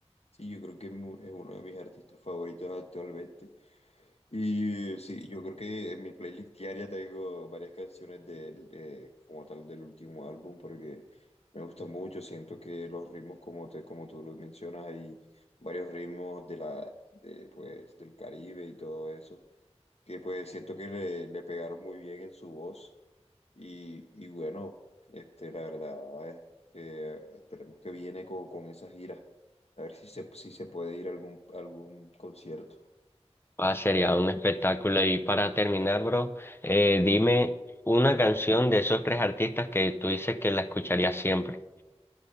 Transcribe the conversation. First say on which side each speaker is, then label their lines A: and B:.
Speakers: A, on the left (about 65°); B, on the left (about 20°).
A: Sí, yo creo que es mu- es uno de mis artistas favoritos actualmente. Y sí, yo creo que en mi playlist diaria tengo varias canciones de él, eh, como tal del último álbum, porque me gusta mucho. Siento que los ritmos, como te, como tú los mencionas, hay varios ritmos de la, de, pues, del Caribe y todo eso, que pues siento que le, le pegaron muy bien en su voz. Y, y bueno, este, la verdad, eh, eh, esperemos que viene con, con esa gira. A ver si se, si se puede ir a algún, a algún concierto.
B: Ah, sería un espectáculo. Y para terminar, bro, eh, dime una canción de esos tres artistas que tú dices que la escucharías siempre.